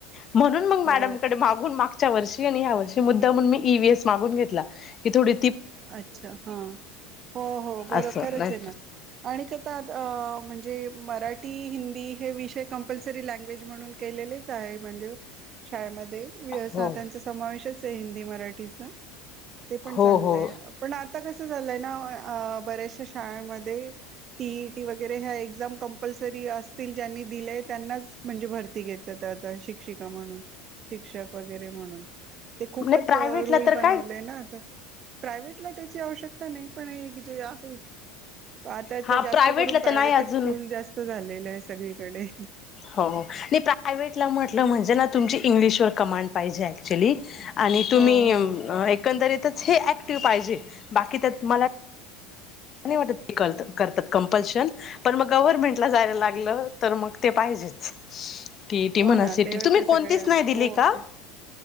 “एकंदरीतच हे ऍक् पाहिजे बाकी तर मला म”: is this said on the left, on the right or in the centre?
Left